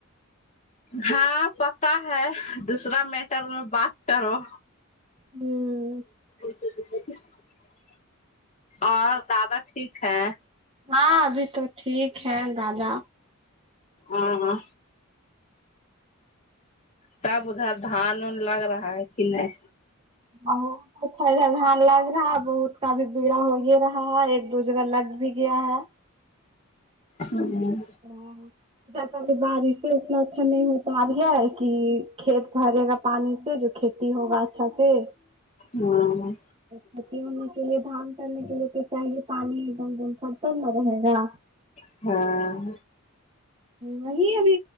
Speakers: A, on the left; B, on the right.
A: ہاں پتہ ہے دوسرا میٹر میں بات کرو
B: ھمم
A: <unintelligible> اور دادا ٹھیک ہیں
B: ہاں ابھی تو ٹھیک ہے دادا
A: ا ہاں تب ادھر دھان ان لگ رہا ہے کہ نہیں
B: اور اچھا ادھر ہاں لگ رہا ہے بہت کافی بگڑا ہو ہی رہا ہے ایک دوسرا لگ بھی گیا ہے
A: ھممم
B: ھمم بارش سے اتنا اچھی نہیں ہوپا رہی ہے کہ کھیت بھرے گا پانی سے جو کھیتی ہوگا اچھا سے
A: ہاں
B: کھیتی ہونے کے لیے دھان کرنے کے لیے تو چاہئے پانی ایک دم دم خرتر نہ رہے گا
A: ہاں
B: وہی ابھی